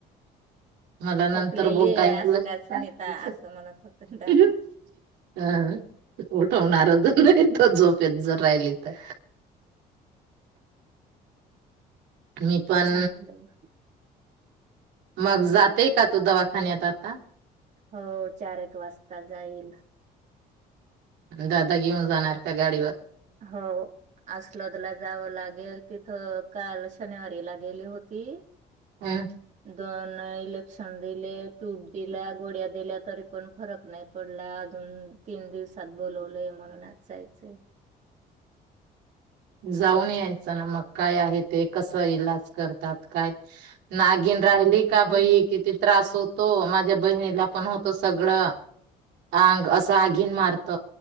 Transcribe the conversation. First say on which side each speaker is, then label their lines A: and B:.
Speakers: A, on the right; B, on the right.
A: आल्या नंतर
B: थकलेली
A: बोलता
B: आहे
A: येत
B: आज
A: नही
B: काय सुनीता असं म्हणत होत दादा.
A: <unintelligible> उठवणारच नाही तो झोप जर राहिली तर मी पण.
B: चांगलंय.
A: मग जातेय का तू दवाखान्यात आता.
B: हो चार एक वाजता जाईल.
A: दादा घेऊन जाणार का गाडीवर?
B: हो. अस्लोदला जावं लागेल तिथं काल शनिवारीला गेली होती.
A: हम्म.
B: दोन इलेक्सन दिले टूप दिला गोड्या दिल्या तरी पण फरक नाही पडला अजून तीन दिवसात बोलवलंय म्हणून आज जायचंय.
A: जाऊन यायचं ना मग काय आहे ते कसं इलाज करतात काय? नागीन
B: हा.
A: राहिली का बही किती त्रास होतो माझ्या बहिणीला पण होत सगळं आंग असं आगीन मारत